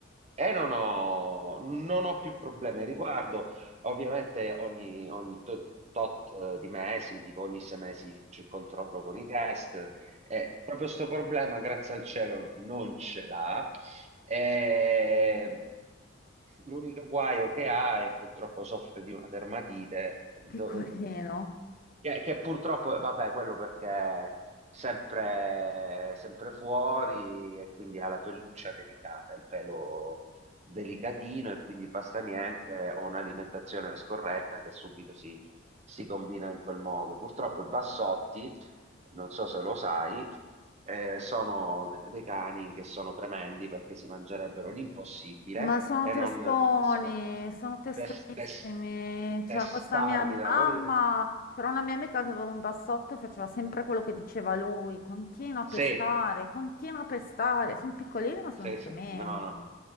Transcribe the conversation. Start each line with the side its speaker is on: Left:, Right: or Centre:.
Right: E non ho, non ho più problemi al riguardo. Ovviamente ogni, ogni to- tot eh, di mesi, tipo ogni sei mesi faccio il controllo con i test. E proprio questo problema, grazie al cielo, non ce l'ha. E L'unico guaio che ha è purtroppo soffre di una dermatite, do-
Left: piccolino.
Right: che, che purtroppo, eh, vabbè, quello perché è sempre, sempre fuori e quindi ha la pelluccia delicata, il pelo delicatino e quindi basta niente o un'alimentazione scorretta che subito si, si combina in quel modo. Purtroppo i bassotti, non so se lo sai, eh, sono de- dei cani che sono tremendi perché si mangerebbero l'impossibile
Left: Ma sono
Right: e
Left: testoni,
Right: non e sono
Left: sono testonissimi.
Right: tes- tes-
Left: Cioè,
Right: testardi
Left: questa mia mia
Right: da
Left: mamma,
Right: morire.
Left: c'era una mia amica che aveva un bassotto e faceva sempre quello che diceva lui. Continua a
Right: Sì,
Left: pestare, continua a pestare. Sono piccolini, ma
Right: sì,
Left: sono tremendi.
Right: sì, no, no.